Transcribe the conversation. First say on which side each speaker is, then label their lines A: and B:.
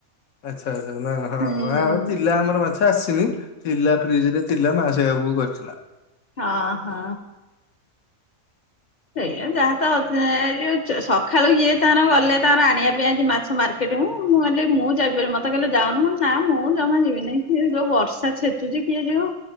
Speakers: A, on the left; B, on the left.
A: ଆଚ୍ଛା ଆଚ୍ଛା ନା ହଁ
B: ହୁଁ
A: ଥିଲି ପିଲା ଆମର ମାଛ ଆସିନି ଥିଲା ଫ୍ରିଜ ରେ ଥିଲା ମା ସେଇକୁ କରିଥିଲା।
B: ହଁ ହଁ। ସେଇଆ ଯାହା ତ ଅ ଯୋଉ ସକାଳୁ ଯିଏ ତାର ଗଲେ ତାର ଆଣିବା ପାଇଁ ଆ ମାଛ ମାର ମୁଁ କିଲ ମୁଁ ଯପାରି ମତେ କାଲି ଯାଉନ ମ ନା ମୁଁ ଜମା ଯିବିିନି ସେଏ ଯୋଉ ବର୍ଷା ଛେଚୁଛି କିଏ ଯିବ।